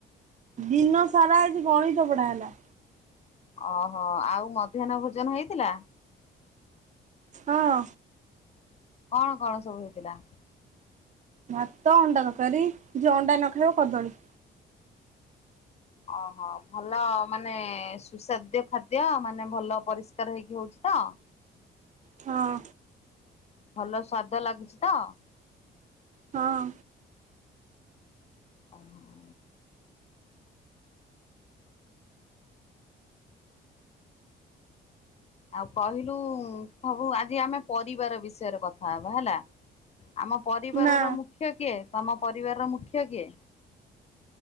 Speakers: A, on the right; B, on the left.
A: ଦିନ ସାରା ଆଜି ଗଣିତ ପଢା ହେଲା।
B: ଓ ହୋ ଆଉ ମଧ୍ୟାହ୍ନ ଭୋଜନ ହେଇଥିଲା।
A: ହଁ।
B: କଣ କଣ ସବୁ ହେଇଥିଲା?
A: ଭାତ ଅଣ୍ଡା ତରକାରୀ ଯିଏ ଅଣ୍ଡା ନ ଖାଇବ କଦଳୀ।
B: ଓ ହୋ ଭଲ ମାନେ ସୁସ୍ଵାଦ୍ୟ ଖାଦ୍ୟ ମାନେ ଭଲ ପରିଷ୍କାର ହେଇକି ହଉଛି ତ।
A: ହଁ।
B: ଭଲ ସ୍ଵାଦ ଲାଗୁଛି ତ?
A: ହଁ।
B: ଆଁ ହାଁ। ଆଉ କହିଲୁ ସବୁ ଆଜି ଆମେ ପରିବାର ବିଷୟରେ କଥା ହବା ହେଲା। ଆମ ପରିବାର
A: ନା
B: ର ମୁଖ୍ୟ କିଏ? ତମ ପରିବାରର ମୁଖ୍ୟ କିଏ?